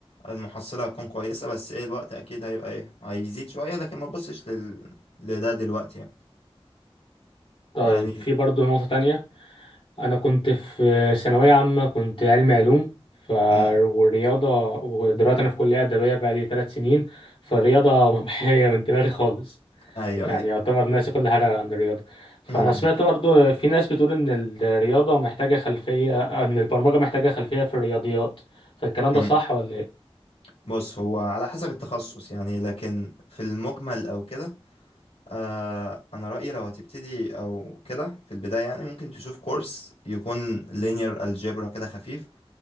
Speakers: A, on the left; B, on the left.
A: المحصلة هتكون كويسة بس إيه الوقت أكيد هيبقى إيه هيزيد شوية لكن ما تبصش لل... لده دلوقتي يعني
B: طيب
A: يعني
B: في برضه نقطة تانية انا كنت في ثانويه عامه كنت علمي علوم ف
A: م،
B: والرياضه ودلوقتي انا في كليه ادبيه بقى لي ثلاث سنين فالرياضه <laughs> ممحيه من دماغي خالص
A: أيوه
B: يعني
A: أيوه
B: يعتبر ناسي كل حاجه عن الرياضه فانا
A: امم
B: سمعت
A: امم
B: برضو في ناس بتقول ان الرياضه محتاجه خلفيه ان البرمجه محتاجه خلفيه في الرياضيات فالكلام
A: امم.
B: ده صح ولا ايه
A: بص هو على حسب التخصص يعني لكن في المجمل او كده آه انا رأيي لو هتبتدي او كده في البداية يعني ممكن تشوف كورس يكون linear algebra كده خفيف